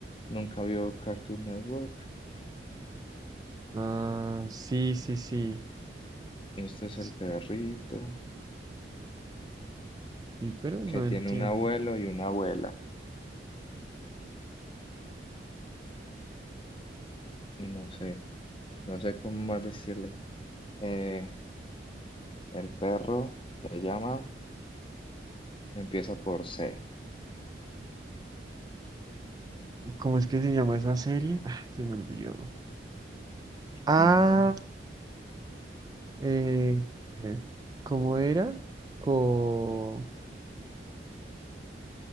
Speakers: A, on the left; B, on the right.
A: Nunca vio Cartoon Network.
B: Ah, sí, sí, sí.
A: Este es
B: Sí,
A: el perrito
B: sí, pero
A: que
B: no
A: tiene
B: entiendo.
A: un abuelo y una abuela. No sé, no sé cómo más decirle. Eh, el perro se llama, empieza por C.
B: ¿Cómo es que se llama esa serie? Ah, se me olvidó. Ah,
A: Ujú.
B: eh, eh, ¿cómo era? Co